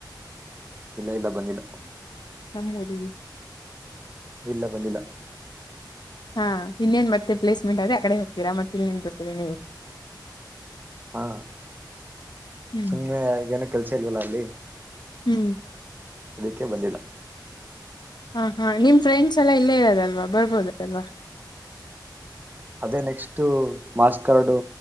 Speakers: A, on the right; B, on the left.
A: ಇಲ್ಲ ಇಲ್ಲ ಬಂದಿಲ್ಲ
B: ನಮ್ಮರಿ
A: ಇಲ್ಲ ಬಂದಿಲ್ಲ
B: ಹಾ ಇನ್ನೇನ್ ಬರ್ತೀ ಪ್ಲೇಸ್ಮೆಂಟ್ ಆದ್ರೆ ಆ ಕಡೆ ಹೋಗ್ತೀರಾ ಮತ್ತೆ ಇನ್ನೇನ್ ಬರ್ತೀರ ನೀವು
A: ಹಾ
B: ಹ್ಮ್
A: ಸುಮ್ನೆ ಏನ ಕೆಲ್ಸ ಇದಲ್ವಲ್ಲ ಅಲ್ಲಿ
B: ಹೂ
A: ಅದಕ್ಕೆೇ ಬಂದಿಲ್ಲ
B: ಹಾ ಹಾ ನಿಮ್ ಫ್ರೆಂಡ್ಸ್ ಎಲ್ಲ ಇಲ್ಲೇ ಇರೋದಲ್ವಾ ಬರ್ಬೋದ ಅದಲ್ವಾ
A: ಅದೇ ನೆಕ್ಸ್ಟ್ ಮಾಸ್ಕಾರ್ಡು